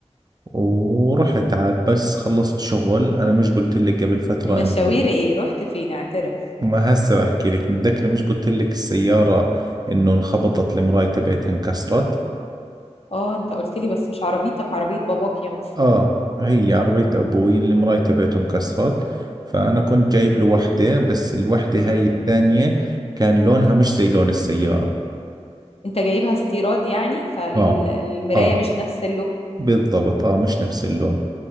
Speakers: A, on the right; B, on the left.
A: ورحت عاد بس خلصت شغل أنا مش قلت لك قبل فترة
B: مشاوير
A: إنه
B: ايه رحت فين اعترف
A: ما هسه بحكي لك متذكرة مش قلت لك السيارة انه انخبطت المراية تبعتها انكسرت
B: اه انت قلت لي بس مش عربيتك عربية باباك يا متص...
A: اه هي عربية ابوي اللي المراية تبعته انكسرت فانا كنت جايب له وحدة بس الوحدة هاي الثانية كان لونها مش زي لون السيارة
B: انت جايبها استيراد يعني فالمراية
A: اه اه
B: مش نفس
A: بالضبط اه مش نفس اللون